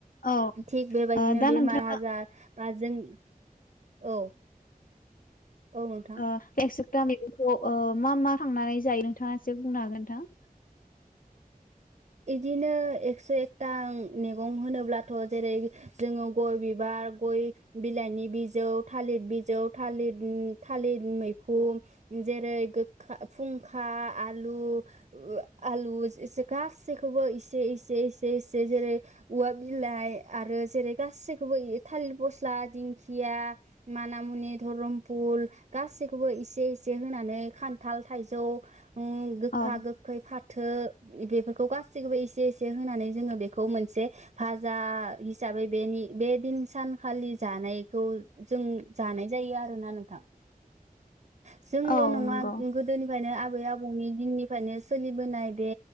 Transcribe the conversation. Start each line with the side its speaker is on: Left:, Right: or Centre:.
Left: औ
Right: थिग बेबायदिनो
Left: औ दा
Right: बेमार
Left: नोंथाङा
Right: हाजार बा जों औ। औ नोंथां
Left: अ' एक्स' दा मैगंखौ ओ मा मा खांनानै जायो नोंथाङा एसे बुंनो हागोन नोंथां?
Right: इदिनो एक्स' एकथा मेगं होनोब्लाथ' जेरै जोङो गय बिबार गय बिलाइनि बिजौ, थालिद बिजौ, थालिद थालिद मैखुम जेरै गोखा फुंखा आलु ओ आलु जेजो गा सैखौबो इसे इसे इसे इसे जेरै उवा बिलाइ आरो जेरै गासैखोबो थालिर फस्ला, दिंखिया, माना मुनि, धरमपुल गासैखोबो इसे इसे होनानै खान्थाल थाइजौ उम गोखा
Left: औ
Right: गोखै फाथो बेफोर खौ गासैखौबो इसे इसे होनानै जोङो बेखौ मोनसे भाजा हिसाबै बेनि बे दिन सानखालि जानायखौ जों जानाय जायो आरोना नोंथां। जोंल'
Left: औ
Right: नङा
Left: नंगौ
Right: गोदोनिफ्यायनो आब बै आबौनि दिननिफ्रायनो सोलिबोनाय बे